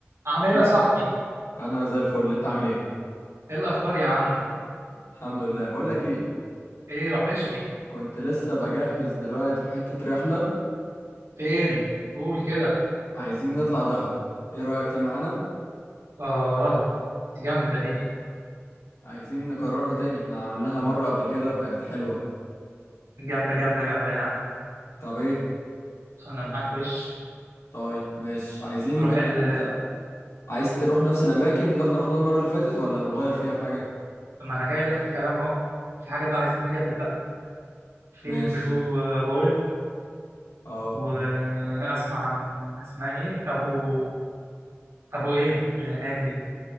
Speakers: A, on the right; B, on the left.
A: عامل
B: إيه؟
A: ايه يا صاحبي
B: انا زي الفل انت عامل ايه
A: ايه الاخبار يا عم
B: الحمد لله بقول لك ايه
A: ايه وحشني
B: كنت لسه بجهز دلوقتي حتة رحلة
A: فين قول كده
B: عايزين نطلع دهب ايه رأيك تيجي معانا
A: اه دي جامده دي
B: عايزين نكررها تاني احنا عملناها مرة قبل كده وكانت حلوة
A: جامده جامده جامده يعني
B: طب ايه
A: انا معاك وش
B: طيب ماشي عايزين
A: تروح ال
B: انت عايز تروح نفس الاماكن اللي احنا رحناها المرة اللي فاتت ولا نغير فيها حاجة
A: ما انا جاي لك في الكلام اهو في حاجات بقى عايزين نجدد بقى في
B: ماشي
A: البلو هول
B: اه
A: واسمع عن اسمها ايه ابو ابو ايه اللي هناك دي